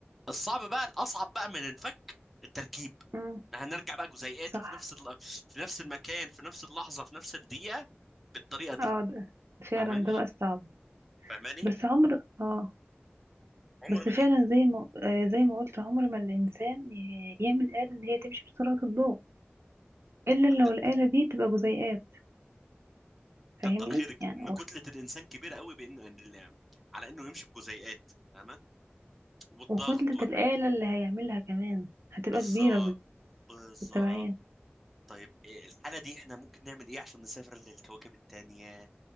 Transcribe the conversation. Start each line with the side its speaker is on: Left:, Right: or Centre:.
Centre: الصعب بقى الاصعب بقى من الفك التركيب
Right: مم.
Centre: هنرجع بقى جزيئات
Right: صح
Centre: وفي نفس ال... في نفس المكان في نفس اللحظه في نفس الدقيقه بالطريقه دي
Right: اه ده فعلا
Centre: فاهماني
Right: ده بقى الصعب
Centre: فاهماني
Right: بس عمر اه
Centre: عمر
Right: بس
Centre: ما
Right: فعلا
Centre: ايه
Right: زي ما آه، زي ما قلت عمر ما الإنسان ي- يعمل آلة اللي هي تمشي بسرعة الضوء إلا لو
Centre: حتى-
Right: الآلة دي تبقى جزيئات
Centre: كتر
Right: فاهمني
Centre: خيرك
Right: يعني
Centre: ان
Right: وص-
Centre: كتله الانسان كبيره قوي بان ال- على انه يمشي بجزيئات فاهمه والضغط
Right: وكتلة
Centre: والحاجات
Right: الآلة اللي هيعملها كمان هتبقى
Centre: بالظبط
Right: كبيرة بال-
Centre: بالظبط
Right: بالتبعين
Centre: طيب إيه الحاله دي احنا ممكن نعمل ايه عشان نسافر للكواكب التانية